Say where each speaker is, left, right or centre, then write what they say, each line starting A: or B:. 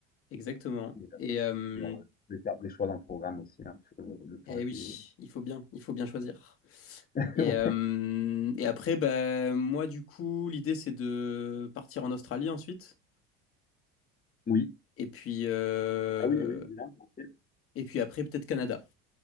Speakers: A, on the left; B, on the left.
A: Exactement.
B: Et, euh,
A: Et euh,
B: et on devait faire des choix dans le programme aussi, hein, parce que le temps
A: eh
B: était.
A: oui, il faut bien, il faut bien choisir.
B: <laughs>
A: Et, euh, et après, bah, moi, du coup, l'idée, c'est de partir en Australie ensuite.
B: Oui.
A: Et puis, euh,
B: Ah oui, oui, bien. ok.
A: et puis après, peut-être Canada.